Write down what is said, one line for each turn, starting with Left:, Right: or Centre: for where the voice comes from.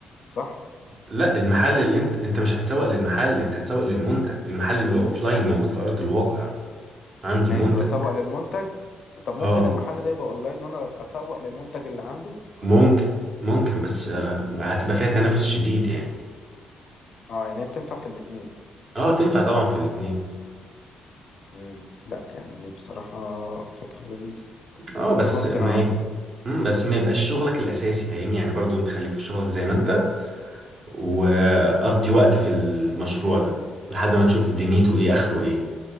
Left: صح
Right: لا المحل اللي انت انت مش هتسوق للمحل انت هتسوق للمنتج المحل بيبقى اوفلاين موجود في ارض الواقع عند
Left: ماشي
Right: المنتج
Left: بسوق للمنتج طب ممكن
Right: اه
Left: المحل ده يبقى اونلاين وانا اسوق للمنتج اللي عنده
Right: ممكن ممكن بس آه، هتبقى فيها تنافس شديد يعني
Left: اه يعني هي بتنفع في الاتنين
Right: اه تنفع طبعا في الاتنين
Left: امم لا يعني بصراحة فكرة لذيذة
Right: اه بس
Left: ممكن
Right: ما
Left: اعملها
Right: يب... مم، بس ما يبقاش شغلك الاساسي فاهمني يعني برضو انت خليك في شغلك زي ما انت وقضي وقت في المشروع ده لحد ما تشوف دنيته ايه اخره ايه